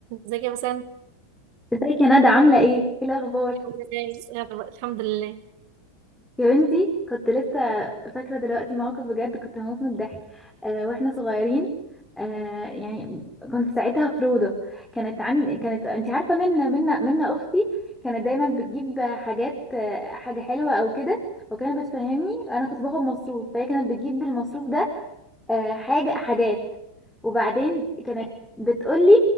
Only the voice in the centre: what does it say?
ازيك يا ندى عاملة ايه؟ ايه الأخبار؟
يا بنتي كنت لسه فاكرة دلوقتي موقف بجد كنت هموت من الضحك آه واحنا صغيرين آه يعني كنت ساعتها في روضة كانت عند كانت انت عارفة منا منا منا أختي كانت دايما بتجيب حاجات آه، حاجة حلوة أو كده وكانت بتفهمني أنا كنت باخد مصروف فهي كانت بتجيب بالمصروف ده آه، حاجة حاجات وبعدين كانت بتقولي